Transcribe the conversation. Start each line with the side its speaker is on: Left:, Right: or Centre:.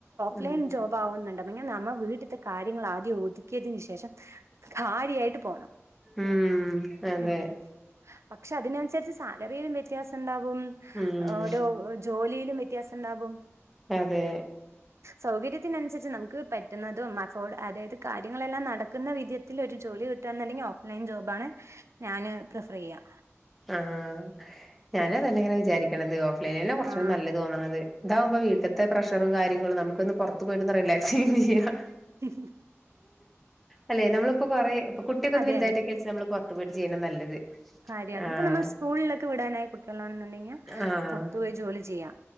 Right: പ്ലാൻ
Centre: ആഹ്
Right: ജോബാവുന്നുണ്ട് പിന്നെ നമ്മ ൾവീട്ടിലത്തെ കാര്യങ്ങൾ ആദ്യം ഒതുക്കിയതിനന് ശേഷം കാര്യായിട്ട് പോണം
Centre: ഉം അതെ
Right: ഉ പക്ഷെ അതിനനുസരിച്ച് സാലറിയിലും വ്യത്യാസം ഉണ്ടാവും ഉം
Centre: ഉം
Right: ഓരോ ജോലിയിലും വ്യത്യാസം ഉണ്ടാാവും
Centre: അതെ
Right: സൗകര്യത്തിനനുസരിച്ച് നമുക്ക് പറ്റുന്നതും അഫോർഡ് അതായത് കാര്യങ്ങളെല്ലാം നടക്കുന്ന വിധത്തിൽ ഒരു ജോലി പറ്റുമെന്നുണ്ടങ്കിൽ ഓഫ്‌ലൈൻ ജോബ്ണ് ഞാന് പ്രീഫറയ്യാ
Centre: ആഹ ഞാനാ തന്നെ അങ്ങനെ വിചാരിക്കണത് ഓഫ് ലൈന കുറച്ചൂ
Right: ആഹ്
Centre: നല്ലത് തോന്നണത് എന്താവുമ്പോ വീട്ടത്തെ പ്രഷറും കാര്യങ്ങളും നമുൊന്ന് പുറത്ത് പോയിട്ടൊന്ന് റിലാക്സും ചെയ്യാം
Right: ഉ
Centre: അല്ലെ നമ്മളിപ്പോൊ കൊറെേ ഇപ്പൊ കുട്ടിക കൊക്കെഒന്ന്
Right: അതെ
Centre: വലുതായിട്ടൊക്കെ
Right: അതെ
Centre: നമ്മള് പുറത്തു പോയിട്ട് ചെയ്യണത നല്ലത്.
Right: ഇത്
Centre: ആഹ്
Right: ഇപ്പം നമ്മൾ സ്കൂൾ വിടാൻ ആയ കുട്ടികൾ ആണ് എന്നുണ്ടങ്കിൽ
Centre: ആഹ്
Right: പുറത്ത് പോയി ജോലി ചെയ്യാം